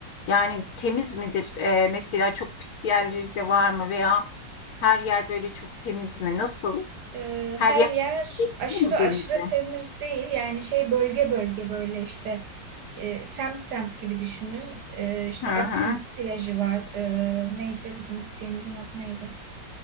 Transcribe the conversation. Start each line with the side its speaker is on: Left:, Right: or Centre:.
Left: yani temiz midir? Ee, mesela çok pis yerleri de var mı veya her yer böyle çok temiz mi? Nasıl?
Right: Ee,
Left: Her
Right: her
Left: yer
Right: yer
Left: etkili
Right: aşırı
Left: mi
Right: aşırı
Left: denize?
Right: temiz değil. Yani şey bölge bölge böyle işte. e, semt semt gibi düşünün. E, işte
Left: Hı hı.
Right: Akkum plajı var. E, neydi bizim gittiğimizin adı neydi?